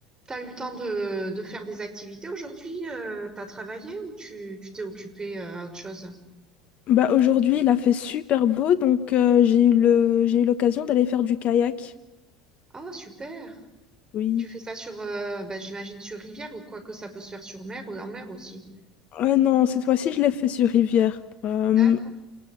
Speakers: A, on the right (about 25°); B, on the left (about 50°).
A: T'as eu le temps de, de faire des activités aujourd'hui? euh, t'as travaillé ou tu tu t'es occupé euh, à autre chose?
B: Bah aujourd'hui, il a fait super beau, donc euh, j'ai eu le... j'ai eu l'occasion d'aller faire du kayak.
A: Ah, super!
B: Oui.
A: Tu fais ça sur, euh, bah, j'imagine sur rivière ou quoi que ça peut se faire sur mer ou en mer aussi.
B: Ah non, cette fois-ci, je l'ai fait sur rivière. Euh,
A: D'accord,